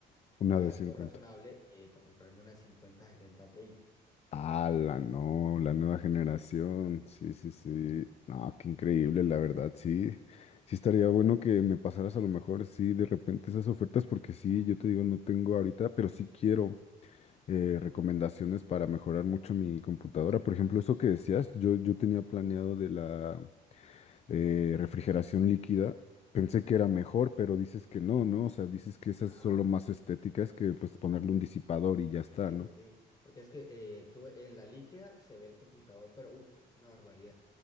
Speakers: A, on the left; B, on the left.
A: Una
B: Algo
A: de 50.
B: razonable eh, para comprarme una cincuenta setenta Ti.
A: Ah, la no, la nueva generación. Sí,
B: Sí,
A: sí, sí.
B: sí.
A: No, qué increíble, la verdad, sí. Sí estaría bueno que me pasaras a lo mejor, sí, de repente esas ofertas, porque sí, yo te digo, no tengo ahorita, pero sí quiero eh, recomendaciones para mejorar mucho mi computadora. Por ejemplo, eso que decías, yo, yo tenía planeado de la eh, refrigeración líquida. Pensé que era mejor, pero dices que no, ¿no? O sea, dices que esas
B: Nada,
A: son solo más estéticas que pues ponerle un disipador y ya está,
B: sí,
A: ¿no?
B: sí, porque es que eh, tú en la líquida se ve el computador, pero uff, una barbaridad.